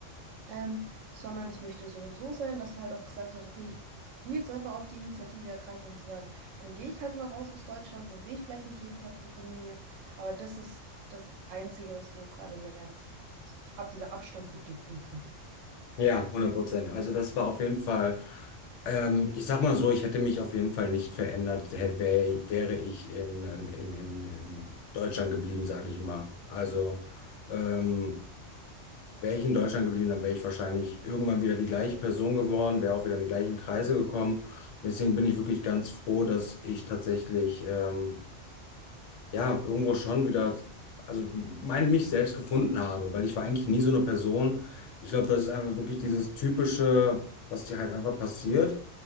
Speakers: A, on the right; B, on the left.
A: ähm, sondern ich möchte so und so sein, dass du halt auch gesagt hast, okay, ich tue jetzt einfach auch die Initiative ergreifen und zu sagen, dann gehe ich halt mal raus aus Deutschland, dann sehe ich vielleicht nicht jeden Tag die Familie, aber das ist das Einzige, was du gerade merkst. Das, ab dieser Abstand wird dir gut tun.
B: Ja, hundert Prozent. Also das war auf jeden Fall, ähm, ich sag mal so, ich hätte mich auf jeden Fall nicht verändert, hätte, wär, wäre ich in, in, in, in Deutschland geblieben, sage ich mal. Also ähm, wäre ich in Deutschland geblieben, dann wäre ich wahrscheinlich irgendwann wieder die gleiche Person geworden, wäre auch wieder in die gleichen Kreise gekommen. Und deswegen bin ich wirklich ganz froh, dass ich tatsächlich ähm, ja, irgendwo schon wieder, also mein, mich selbst gefunden habe, weil ich war eigentlich nie so eine Person. Ich glaube, das ist einfach wirklich dieses typische, was dir halt einfach passiert.